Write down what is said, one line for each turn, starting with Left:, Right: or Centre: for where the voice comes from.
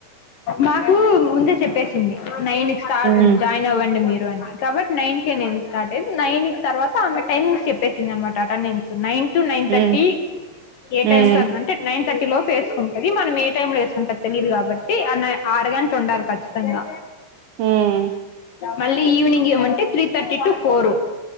Left: మాకు ముందే చెప్పేసింది నైన్కి స్టార్ట్
Right: హ్మ్
Left: జాయిన్ అవ్వండి మీరు అని కాబట్టి నైన్కే నేను స్టార్ట్ అయింది నైన్ తర్వాత ఆమె టైమింగ్స్ చెప్పేసింది అనమాట అటెండెన్స్ నైన్ టు నైన్
Right: హ్మ్
Left: థర్టీ ఏ
Right: హ్మ్
Left: టైం కన నైన్ థర్టీ లోపు వేసుకుంటుంది మనం ఏ టైంలో వేసుకుంటది తెలియదు కాబట్టి ఆ అర గంట ఉండాలి ఖచ్చితంగా
Right: హ్మ్
Left: మళ్ళీ ఈవినింగ్ ఏమంటే త్రీ థర్టీ టు ఫోర్ ఆ